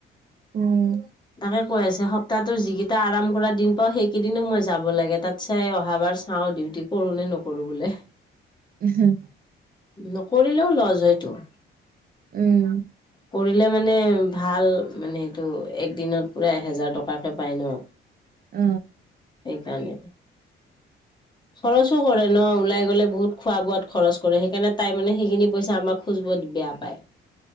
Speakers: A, on the right (about 50°); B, on the left (about 20°).
A: উম
B: তাকে কৈ আছে সপ্তাহৰ যি কেইটা আৰাম কৰা দিন পাওঁ সেইকেইদিনো মই যাব লাগে তাত চাই অহাবাৰ চাওঁ ডিউটি কৰো নে নকৰো বোলে
A: হম
B: নকৰিলেও লজ হয় টো
A: উম
B: কৰিলে মানে ভাল মানে সেইটো একদিনত পূৰা এহেজাৰ টকাকে পায় ন
A: অ
B: এইকাৰণে খৰচো কৰে ন ওলাই গলে বহুত খোৱা বোৱাত খৰচ কৰে সেইকাৰণে তাই মানে সেইখিনি পইচা আমাক খোজব বেয়া পায়